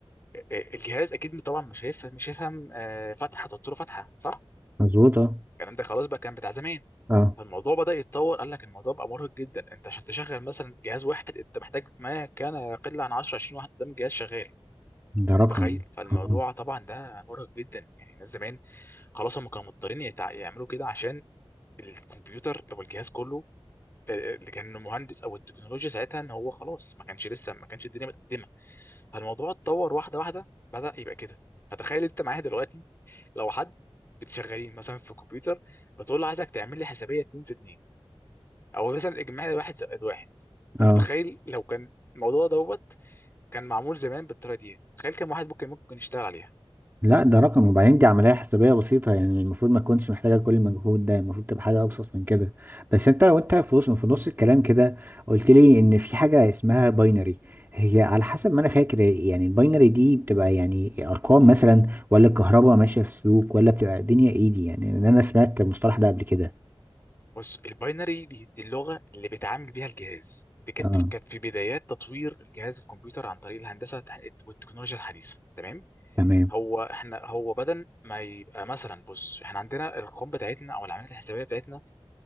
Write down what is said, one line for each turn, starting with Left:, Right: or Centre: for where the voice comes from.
Left: آه، آه، الجهاز اكيد طبعا مش هيفهم مش هيفهم آه، فتحه تحط له فتحه صح
Right: مظبوط اه
Left: الكلام ده خلاص بقى كان بتاع زمان
Right: اه
Left: فالموضوع بدأ يتطور قال لك الموضوع بقى مرهق جدا انت عشان تشغل مثلا جهاز واحد انت محتاج ما كان يقل عن 10 20 واحد قدام الجهاز شغال انت
Right: ده رقم
Left: متخيل فالموضوع
Right: اه
Left: طبعا ده مرهق جدا يعني الناس زمان خلاص هم كانوا مضطرين يتع- يعملوا كده عشان الكمبيوتر او الجهاز كله آه، اللي كان مهندس او التكنولوجيا ساعتها ان هو خلاص ما كانش لسه ما كانش الدنيا متقدمه فالموضوع اتطور واحده واحده بدأ يبقى كده فتخيل انت معايا دلوقتي لو حد بتشغلين مثلا في كمبيوتر بتقول له عايزك تعمل لي حسابيه 2 في 2 او مثلا اجمالي واحد زائد واحد انت
Right: اه
Left: متخيل لو كان الموضوع دوت كان معمول زمان بالطريقه دي تخيل كم واحد ممكن ممكن يشتغل عليها
Right: لا ده رقم وبعدين دي عملية حسابية بسيطة يعني المفروض ما تكونش محتاجة كل المجهود ده المفروض تبقى حاجة أبسط من كده بس أنت وأنت في وسط في نص الكلام كده قلت لي إن في حاجة اسمها باينري هي على حسب ما أنا فاكر يعني الباينري دي بتبقى يعني أرقام مثلا ولا الكهرباء ماشية في سلوك ولا بتبقى الدنيا إيه دي يعني إن أنا سمعت المصطلح ده قبل كده
Left: بص الباينري دي دي اللغه اللي بيتعامل بيها الجهاز دي كانت
Right: أه
Left: كانت في بدايات تطوير الجهاز الكمبيوتر عن طريق الهندسه والتكنولوجيا الحديثه تمام
Right: تمام
Left: هو احنا هو بدل ما يبقى مثلا بص احنا عندنا الارقام بتاعتنا او العمليات الحسابيه بتاعتنا